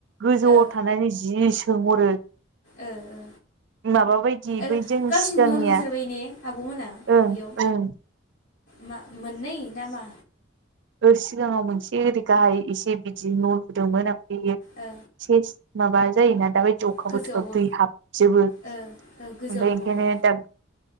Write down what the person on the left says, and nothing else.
ओ
ओ ओ
ओ
गावसिनि
न' लुथारबाय ने आब'मोना
बेयाव?
मा मोननै नामा?
ओ
गोजौआवबो
ओ ओ गोजौआव लुबावबाय